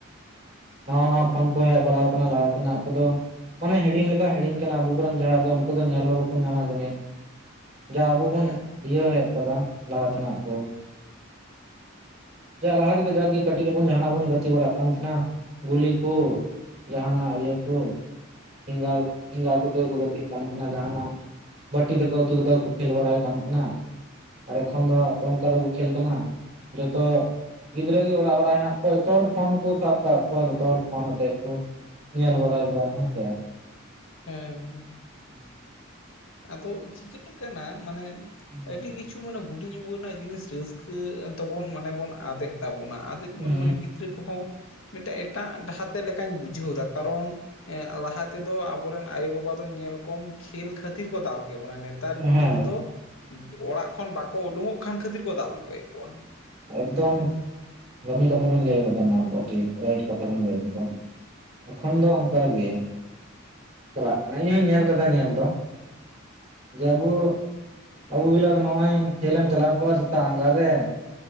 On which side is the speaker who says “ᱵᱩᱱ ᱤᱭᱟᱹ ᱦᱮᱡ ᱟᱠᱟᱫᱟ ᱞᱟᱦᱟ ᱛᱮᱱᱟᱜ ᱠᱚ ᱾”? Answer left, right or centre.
Right